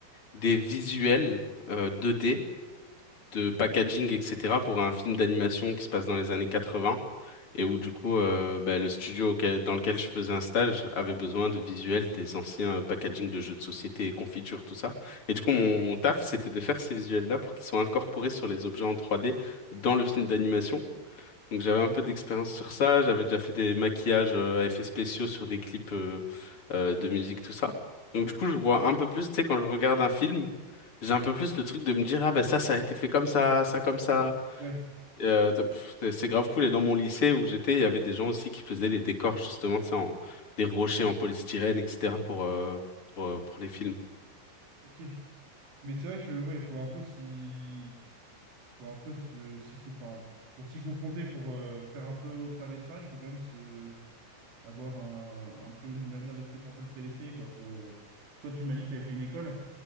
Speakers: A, on the left; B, on the right.
A: des visuels euh, 2D de packaging, etc. pour un film d'animation qui se passe dans les années 80 et où du coup euh, bah, le studio auquel- dans lequel je faisais un stage avait besoin de visuels des anciens euh, packaging de jeux de société, confitures, tout ça. Et du coup
B: Ouais.
A: mon, mon taf c'était de faire ces visuels-là pour qu'ils soient incorporés sur les objets en 3D dans le film d'animation donc j'avais un
B: Ok.
A: peu d'expérience sur ça, j'avais déjà fait des maquillages euh, à effets spéciaux sur des clips euh, euh, de musique, tout ça. Donc du coup, je vois un peu plus, tu sais, quand je regarde un film, j'ai un peu plus le truc de me dire, ah ben ça, ça a été fait comme ça, ça comme ça.
B: Ouais.
A: Et, euh, t- pff, c'est c'est grave cool. Et dans mon lycée où j'étais, il y avait des gens aussi qui faisaient les décors, justement, tu sais, en, des rochers en polystyrène, etc. pour, euh, pour, euh, pour les films.
B: Ok. Mais c'est vrai que, ouais, il faut un peu s'y... faut un peu se, s'y, con- enfin, pour s'y confronter, pour euh, faire un peu observer ça, il faut quand même se avoir un, un peu une manière de se mettre un peu le pied à l'étrier, quoi. Faut... Toi, tu m'as dit que tu avais fait une école.